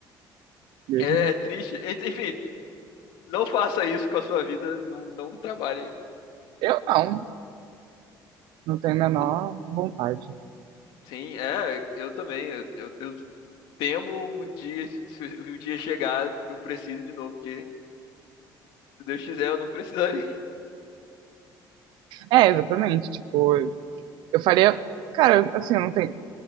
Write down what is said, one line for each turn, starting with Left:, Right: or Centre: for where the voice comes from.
Right: Deus
Left: É,
Right: me...
Left: é triste. Ent- Enfim, Não faça isso com a sua vida, não, não trabalhe.
Right: Eu não, não tenho a menor
Left: Eu-
Right: vontade.
Left: Sim, é, eu também. Eu, eu, eu temo o dia, se o dia chegar que eu preciso de novo, porque se Deus quiser, eu não precisarei. <laughs>
Right: É, exatamente, tipo, eu faria, cara, assim, eu não tenho,